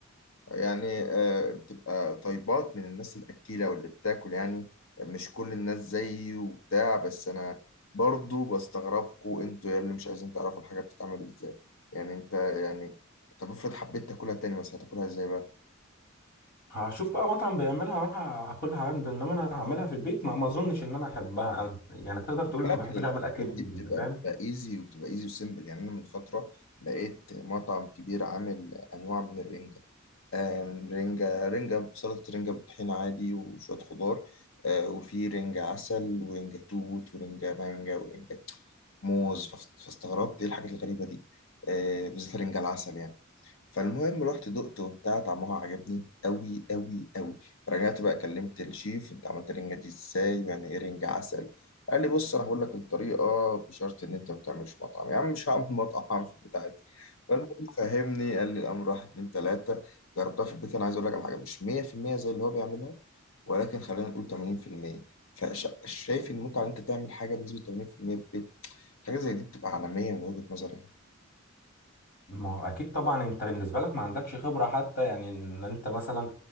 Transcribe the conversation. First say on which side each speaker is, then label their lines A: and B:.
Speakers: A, on the left (about 70°); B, on the left (about 45°).
A: يعني آه، بتبقى طيبات من الناس الاكيله واللي بتاكل يعني مش كل الناس زيي وبتاع بس انا برضو بستغربكوا انتوا يا اللي مش عايزين تعرفوا الحاجه بتتعمل ازاي يعني انت يعني طب افرض حبيت تاكلها تاني مثلا هتاكلها ازاي بقى
B: هشوف بقى مطعم بيعملها اروح اكلها عنده انما انا هعملها في البيت ما ما اظنش ان انا احبها أنا- يعني تقدر تقول
A: بالك
B: إن ما بحبش
A: الحاجات
B: اعمل اكل بايدي
A: دي بتبقى
B: انت فاهم
A: بتبقى ايزي وبتبقى ايزي وسيمبل يعني انا من فتره لقيت مطعم كبير عامل انواع من الرنجه آم، رنجه رنجه سلطه رنجه بالطحين عادي وشويه خضار آه، وفي رنجه عسل ورنجه توت ورنجه مانجا ورنجه موز فاست- فاستغربت ايه الحاجات الغريبه دي آه، بالذات رنجه العسل يعني فالمهم رحت دقته وبتاع طعمها عجبني قوي قوي قوي فرجعت بقى كلمت الشيف انت عملت الرنجة دي ازاي يعني ايه رنجة عسل قال لي بص انا هقول لك الطريقة بشرط ان انت ما تعملش مطعم يا عم مش هعمل <laughs> مطعم هعمل في بتاعتي فالمهم فهمني قال لي الامر واحد اتنين تلاتة جربتها في البيت انا عايز اقول لك على حاجة مش 100% زي اللي هو بيعملها ولكن خلينا نقول 80% فشايف المتعة ان انت تعمل حاجة بنسبة 80% في المية في البيت حاجة زي دي بتبقى عالمية من وجهة نظري
B: ما هو اكيد طبعا انت بالنسبه لك ما عندكش خبره حتى يعني ان انت مثلا